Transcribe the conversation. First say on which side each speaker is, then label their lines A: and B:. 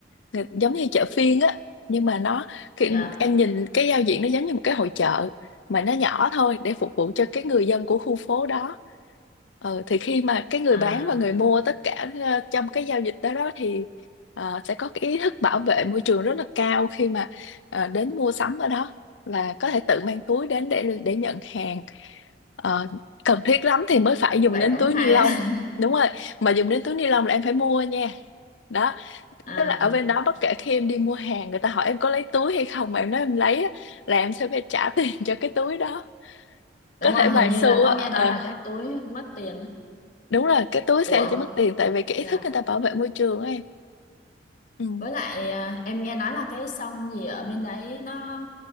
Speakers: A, on the left; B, on the left.
A: Người- giống như chợ phiên á nhưng mà nó khi
B: dạ
A: em nhìn cái giao diện nó giống như một cái hội chợ mà nó nhỏ thôi để phục vụ cho cái người dân của khu phố đó Ờ, thì khi mà cái người
B: à
A: bán và người mua tất cả ờ, trong cái giao dịch đó đó thì ờ, sẽ có cái ý thức bảo vệ môi trường rất là cao khi mà ờ, đến mua sắm ở đó là có thể tự mang túi đến để để nhận hàng Ờ, cần thiết lắm thì mới phải dùng
B: vậy
A: đến
B: cũng
A: túi
B: hay
A: ni lông
B: á
A: đúng rồi mà dùng đến túi ni lông là em phải mua nha đó
B: à
A: tức là ở bên đó bất kể khi em đi mua hàng người ta hỏi em có lấy túi hay không mà em nói em lấy á, là em sẽ phải trả tiền <laughs> cho cái túi đó
B: đúng
A: có thể
B: rồi hình
A: vài
B: như
A: xu
B: là có
A: á
B: nghe nói
A: Ờ,
B: là cái túi mất tiền á.
A: đúng rồi cái túi
B: của
A: xe chỉ mất tiền tại vì cái ý
B: dạ
A: thức người ta bảo vệ môi trường ấy em ừ.
B: với lại à, em nghe nói là cái sông gì ở bên đấy nó